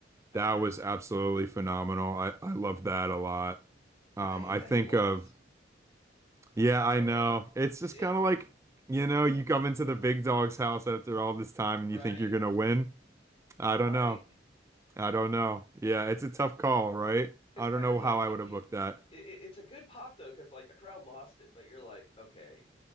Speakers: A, on the left; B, on the right.
A: oh
B: That
A: yeah.
B: was absolutely phenomenal. I I love that a lot.
A: But
B: Um,
A: I hate
B: I
A: that
B: think
A: he lost.
B: of Yeah, I
A: Oh
B: know.
A: no, no.
B: It's just
A: yeah,
B: kind of like, you know, you come into the big dog's house after all this time
A: Right,
B: and you think you're gonna win. I
A: right.
B: don't know. I don't know. Yeah, it's a tough call, right?
A: It's
B: I
A: kind
B: don't know
A: of like
B: how I
A: you,
B: would
A: you
B: have booked that.
A: it, it- it's a good pop though, because like the crowd lost it, but you're like, okay,